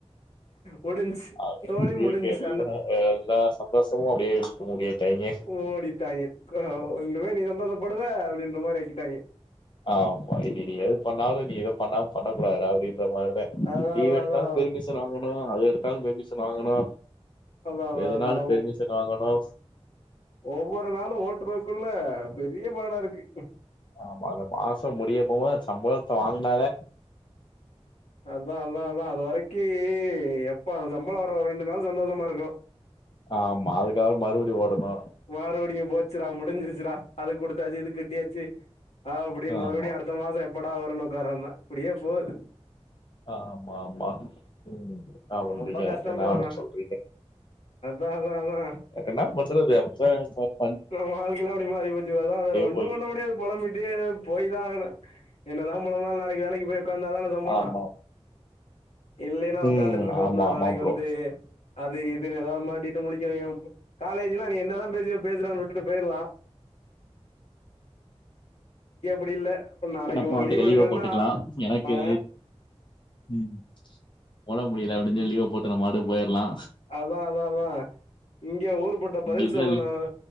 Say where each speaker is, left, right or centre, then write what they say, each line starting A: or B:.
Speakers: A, on the left (about 70°); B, on the left (about 45°).
A: முடிஞ்ச்சு
B: அப்டி
A: சோலி முடிஞ்ச்சு
B: இருக்கு எல்லா எல்லா சந்தோஷமு அப்டியே இழுத்து மூடிட்டாய்ங்க
A: ஓடிட்டாங்க க்கு இன்னமே நீ சந்தோஷப்படுவ அப்பிடின்றமாரி ஆக்கிட்டாங்க
B: ஆமா இனி நீ எது பண்ணாலு நீ எது பண்ணா பண்ண கூடாதுறா அப்பிடின்ற மார்தா
A: அதா
B: லீவெடுத்தாலு
A: அதா அதா
B: பெருமிஷன் வாங்கணு அது எடுத்தாலு பெருமிஷன் வாங்கணு
A: அதா அதா
B: எதுனாலு
A: அதா
B: பெருமிஷன் வாங்கனு
A: ஒவ்வொரு நாளு ஓட்றதுக்குள்ள பெரிய பாடா இருக்கு
B: ஆமா அந்த மாச முடிய போம்போது அந்த சம்பளத்த வாங்குனாதா
A: அதா அதா அதா அது வரக்கி எப்ப சம்பளொ வர ஒரு ரெண்டு நாள் சந்தோஷமா இருக்கு
B: ஆமா அதுக்காக மறுபடி ஓடணு
A: மறுபடியு போச்சுடா முடுஞ்சிருச்சுடா அதுக் குடுத்தாச்சு இதுக் கெட்டியாச்சு அப்டின்
B: ஆமா.
A: மறுவுடியு அடுத் அடுத்த மாசொ எப்படா வருன்னு ஒக்காரந்தா இப்புடியே போது
B: ஆமா ஆமா ம்
A: ரொம்ப
B: <unintelligible>
A: கஷ்டம்
B: என்னா
A: ப்ரோ
B: வன்ன
A: ஆனா
B: சொல்றீங்க
A: அதா அதா அதா
B: என்னா பண்றது அப்டித்தா இருக்கு
A: நம்ம வாழ்க்கெலா இப்டி மாறி போச்சு அதா வேற ஒன்னு
B: போய்க்கிட்டு
A: பண்ண முடியாது பொழம்பிட்டே போய்தா ஆகணு என்னதா பொழம்புனாலு நாளக்கி வேலக்கி போய் ஒக்காந்தாதான சம்பளொ
B: ஆமா.
A: இல்லேனா
B: ம்.
A: ஒகாந்துட்ருக்கவந்தா
B: ஆமா,
A: நாளக்கி
B: ஆமா ப்ரோ.
A: வந்து அது இதுன் எதாது மாட்டிட்டு முழிக்க <unintelligible> காலேஜ்லா நீ என்ன தா பேசுவியோ பேசுடான் உட்டுட்டு போய்ர்லா இங்க அப்டி இல்ல நாளக்கி
B: நம்ம
A: ஒரு
B: பாட்டுக்கு
A: லீவ்
B: லீவ
A: எடுக்கனுன்னா
B: போட்டுக்கலாம். எனக்கு
A: அ
B: ம் ஓடம்பு முடில அப்டின் சொல்லி லீவ போட்டு நம்மவாட்டுக் போயற்லா
A: அதா அதா அதா இங்கெ ஊரு பட்ட பதில்
B: இது
A: சொல்லுணு